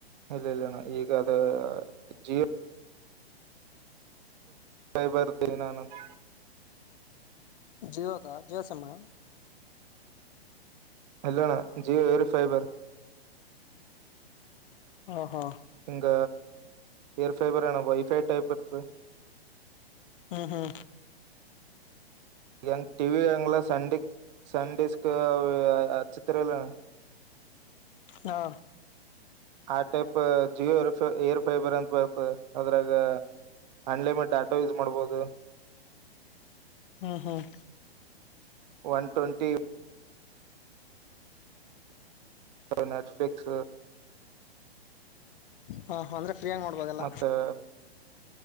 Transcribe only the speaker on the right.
ಇಲ್ಲ ಇಲ್ಲಣ್ಣ ಈಗ ಅದ ಜ ಕೈ ಬರ್ತ ನಾನಂತ.
ಇಲ್ಲಣ್ಣ ಜಿಯೋ ಏರಿ ಫೈಬರ್.
ಹಿಂಗ ಏರ್ ಫೈಬರ್ ಏನ ವೈಫೈ ಟೈಪ್ ಇರ್ತ.
ಹೆಂಗ್ ಟಿವಿ ಹೆಂಗಲ್ಲ ಸ ಸನ್ ಡಿಸ್ಕ್ ಅಚ್ಚತ್ರರಲ್ಲ.
ಆ ಟೈಪ್ ಜಿಯೋ ರ್ ಏರ್ ಫೈಬರ್ ಅಂತ ಬರ್ತ ಅದ್ರಾಗ. ಅನ್ಲಿಮಿಟ್ ಡಾಟಾ ಯೂಸ್ ಮಾಡ್ಬೋದು.
ಒನ್ ಟ್ವೆಂಟಿ ನೆಟ್ಫ್ಲಪಿಕ್ಸ್
ಮತ್ತ